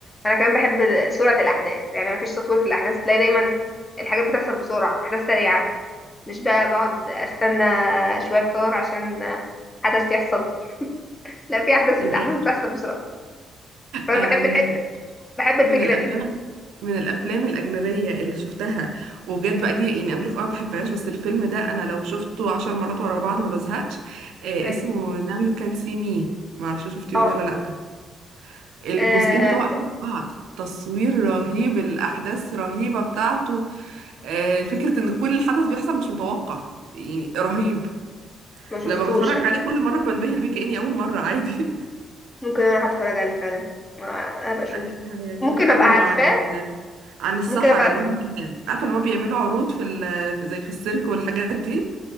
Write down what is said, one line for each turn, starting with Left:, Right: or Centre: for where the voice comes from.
Left: انا كمان بحب سرعة الاحداث يعني ما فيش تطوير في الاحداث تلاقي دايما الحاجات بتحصل بسرعة احداث سريعة مش بقى بقعد استنى شوية كتار عشان حدث يحصل لا في احداث
Right: الآن
Left: الاحداث بتحصل بسرعه فانا
Right: انا
Left: بحب
Right: من
Left: الحته
Right: ال...
Left: بحب الفكره
Right: من الافلام
Left: دي
Right: من الافلام الاجنبيه اللي شفتها وبجد بقى دي يعني اقول لك اه ما بحبهاش بس الفيلم ده انا لو شفته عشر مرات ورا بعض ما بزهقش آه
Left: ايوه
Right: اسمه Now You Can See Me ما اعرفش شفتيه
Left: اه
Right: ولا لا الجزئين
Left: آه،
Right: بتوعه احلى من بعض تصوير رهيب الاحداث رهيبه بتاعته آه، فكرة ان كل الحدث بيحصل مش متوقع يعني رهيب
Left: ما شفتوش
Right: لما بتفرج
Left: أكيد.
Right: عليه كل مرة بنبهر بيه كأني أول مرة عادي <laughs>
Left: ممكن اروح اتفرج عليه فعلا آه، ابقى اشوف
Right: هي- هيعجبك
Left: ممكن
Right: قوي
Left: ابقى عارفاه
Right: هو عن ال... <laughs> عن السحرة
Left: ممكن ابقى عارفاه
Right: اللي هم اللي... عارفة اللي هم بيعملوا عروض في ال... في- زي في السيرك والحاجات دي